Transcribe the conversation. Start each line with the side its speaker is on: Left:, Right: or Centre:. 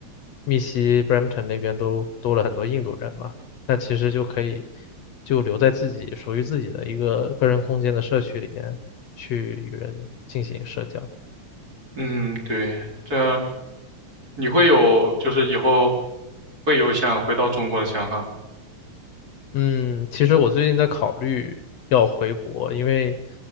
Left: 密西 Brampton 那边都多了很多印度人嘛，那其实就可以就留在自己属于自己的一个个人空间的社区里面去与人进行社交。
Right: 嗯，对，这你会有，就是以后会有想回到中国的想法吗
Left: 嗯，其实我最近在考虑要回国，因为